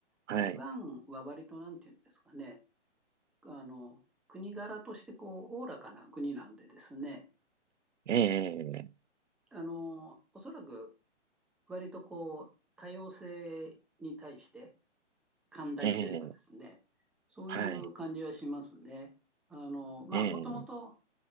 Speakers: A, on the right; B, in the centre.
A: はい、
B: 台湾は割と、なんていうんですかね、あの、国柄として、こう、おおらかな国なんでですね、
A: ええ、
B: あの、おそらく、割と、こう、多様性に対して、寛大というかですね、
A: ええ、
B: そういう感じはしますね。
A: はい、
B: あの、まあ、
A: ええ、
B: もともと、